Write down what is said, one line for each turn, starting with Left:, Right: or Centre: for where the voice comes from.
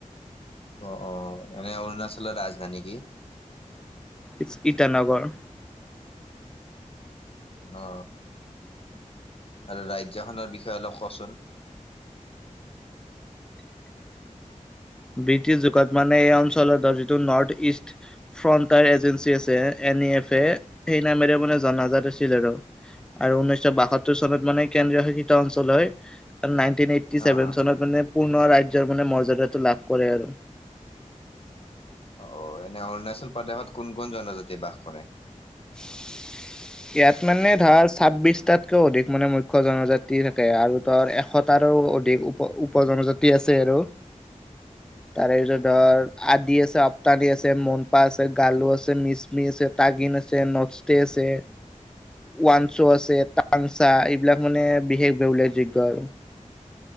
Left: অ অ, এনে অৰুণাচলৰ ৰাজধানী কি?
Centre: ইটছ ইটানগৰ।
Left: অ আৰু ৰাজ্যখনৰ বিষয়ে অলপ কচোন?
Centre: ব্ৰিটিছ যুগত মানে এই অঞ্চলত ধৰ যিটো নৰ্থ ইষ্ট ফ্ৰণ্টায়াৰ এজেঞ্চি আছে, এন ই এফ এ সেই নামেৰে মানে জনাজাত আছিল আৰু। আৰু ঊনৈশ বাসত্তৰ চনত মানে কেন্দ্ৰীয় শাসিত অঞ্চল হয় আৰু নাইন টেন‌ এইটি‌ চেভেন
Left: অ',
Centre: চনত মানে পূৰ্ণ ৰাজ্যৰ মানে মৰ্যদাটো লাভ কৰে আৰু।
Left: অ এনে অৰুণাচল প্ৰদেশত কোন কোন জনজাতি বাস কৰে?
Centre: <inaudible> ইয়াত মানে ধাৰ ছাব্বিশটাতকৈও অধিক মানে মুখ্য জনজাতি থাকে আৰু তাৰ এশত তাৰো অধিক উপ - উপ জনজাতি আছে আৰু।
Left: <inaudible>
Centre: তাৰেপিছত ধৰ আদি আছে, আপ্তানি আছে, মনপা আছে, গালু আছে, মিচমি আছে, তাগিন আছে, নক্স তে আছে। ওৱানছো আছে, টাংচা এইবিলাক মানে বিশেষভাৱে উল্লেখযোগ্য আৰু।